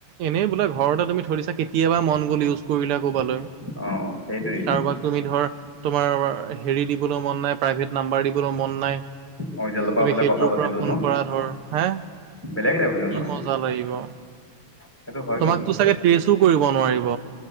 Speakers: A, on the right; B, in the centre.
A: এনেই বোলে ঘৰতে তুমি থৈ দিছা। কেতিয়াবা মন গ'ল ইউজ কৰিলা ক'ৰবালৈ।
B: অ সেইটোৱেই
A: কাৰোবাক তুমি ধৰ তোমাৰ হেৰি দিবলৈ মন নাই, প্ৰাইভেট নাম্বাৰ দিবলৈ মন নাই।
B: অৰিজিনেলৰ পৰা
A: তুমি
B: বোলে
A: সেইটোৰ
B: কথা পাতিলো
A: পৰা ফোন
B: ন
A: কৰা ধৰ, হা
B: বেলেগ লাগিব কিন্তু
A: কি
B: ন
A: মজা লাগিব।
B: সেইটো হয়
A: তোমাকতো
B: কিন্তু
A: চাগে ত্ৰেছো কৰিব নোৱাৰিব।